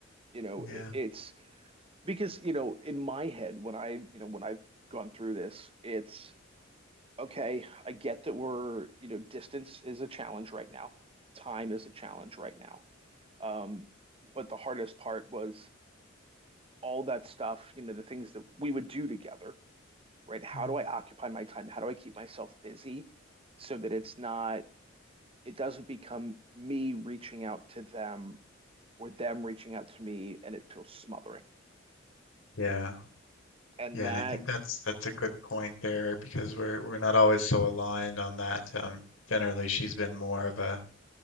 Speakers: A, on the right; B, on the left.
A: You know,
B: Yeah.
A: it, it's because you know in my head when i you know when i've gone through this it's okay i get that we're you know distance is a challenge right now time is a challenge right now um but the hardest part was all that stuff you know the things that we would do together right how
B: hmm
A: do i occupy my time how do i keep myself busy so that it's not it doesn't become me reaching out to them or them reaching out to me and it feels smothering
B: Yeah.
A: and
B: Yeah,
A: that
B: and I think that's that's a good point there because we're we're not always so aligned on that. Um, generally, she's been more of a